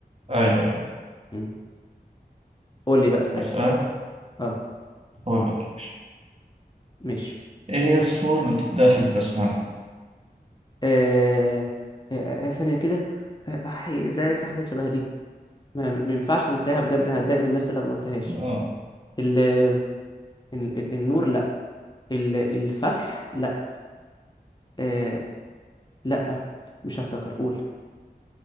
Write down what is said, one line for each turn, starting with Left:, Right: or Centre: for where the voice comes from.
Right: أيوه أيوه
Left: مم. قول لي بقى سؤال
Right: أسألك
Left: اه
Right: أقول لك يا باشا
Left: ماشي
Right: إيه هي السورة اللي بتبدأش بالبسملة؟
Left: آه... آه... آه، آه، ثانية كده آه، أحي ازاي انسى حاجات شبه دي ما ما ينفعش انساها بجد هتضايق من نفسي لو ما قلتهاش
Right: <laughs> آه
Left: ال... ال... ال- النور لا ال... الفتح لا آه... لا مش هفتكر قول